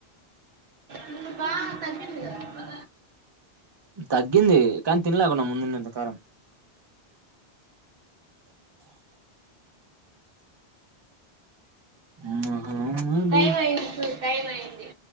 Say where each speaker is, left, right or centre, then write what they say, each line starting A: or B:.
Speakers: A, on the right (about 65°); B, on the right (about 30°).
A: ఇప్పుడు బాగా తగ్గింది కదా
B: తగ్గింది కానీ తినలేకుండా ముందున్న అంతకారం ఆహామ్ బ
A: టైం అయింది చూడు టైం అయింది